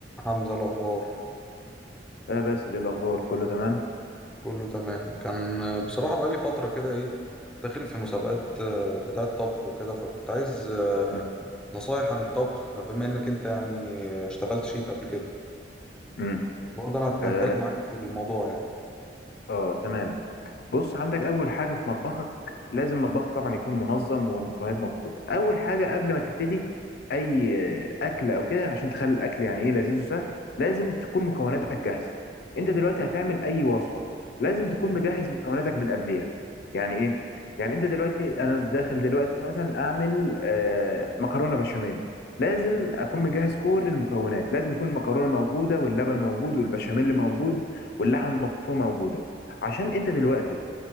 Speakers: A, in the centre; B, on the left.
A: حمزة الأخبار
B: آه بس ايه الاخبار كله تمام
A: كله تمام كان آه، بصراحة بقالي فترة كده إيه داخل في مسابقات آه، بتاعة طبخ وكده فكنت عايز آه،
B: مم.
A: نصايح عن الطبخ بما إنك أنت يعني اشتغلت شيف قبل كده
B: مم.
A: وبرضه أنا
B: اه
A: هتكلم معاك في الموضوع يعني
B: آه، تمام بص عندك اول حاجه في مطبخك لازم مطبخك طبعا يكون منظم والمكونات موجوده اول حاجه قبل ما تبتدي اي اكل او كده عشان تخلي الاكل يعني ايه لذيذ وسهل لازم تكون مكوناتك جاهزه انت دلوقتي هتعمل اي وصفه لازم تكون مجهز مكوناتك من قبليها يعني ايه يعني انت دلوقتي انا داخل دلوقتي مثلا اعمل آه مكرونه بشاميل لازم اكون مجهز كل المكونات لازم يكون المكرونه موجوده واللبن موجود والبشاميل موجود واللحم المفروم موجوده عشان انت دلوقتي